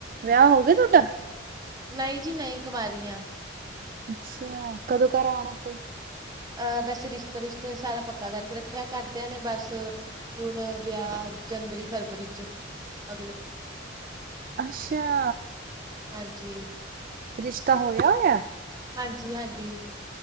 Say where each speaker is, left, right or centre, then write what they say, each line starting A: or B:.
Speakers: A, on the right; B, on the right.
A: ਵਿਆਹ ਹੋ ਗਏ ਤੁਹਾਡਾ
B: ਨਹੀਂ ਜੀ ਨਹੀਂ ਕਮ ਰ ਆ
A: ਅੱਛਾ ਕਦੋਂ ਘਰ ਆਉਣਾ ਫੇ
B: ਅਹ ਬਸ ਰਿਸ਼ਤਾ ਰੁਸ਼ਤਾ ਸਾਰਾ ਪੱਕਾ ਕਰਕੇ ਰੱਖਿਆ ਹੋਇਆ ਕਰਦਿਆਂ ਨੇ ਬਸ ਹੁਣ ਵਿਆਹ ਜਨਵਰੀ ਫਰਵਰੀ ਚ ਅਗਲੇ
A: ਅੱਛਾ
B: ਹਾਂਜੀ
A: ਰਿਸ਼ਤਾ ਹੋਇਆ ਹੋਇਆ
B: ਹਾਂਜੀ ਹਾਂਜੀ